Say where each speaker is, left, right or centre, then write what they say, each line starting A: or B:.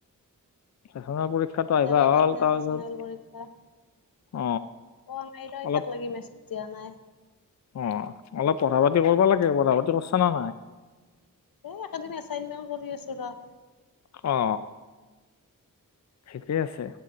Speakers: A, on the left (about 50°); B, on the left (about 80°).
A: চেচনেল পৰীক্ষাটো
B: কেতিয়াবা
A: আহিবা হ'ল
B: পাতে
A: তাৰপিছত
B: চেচনেল পৰীক্ষা। পোৱা
A: অ
B: নাই ৰ,
A: অলপ
B: এতাক লাগি মেছেজ দিয়া নাই।
A: অ অলপ পঢ়া পাতি কৰিবা লাগে, পঢ়া পাতি কৰছ নে নাই?
B: এ একেদিন এচাইনমেণ্ট কৰি আছো ৰ।
A: অ। ঠিকেই আছে,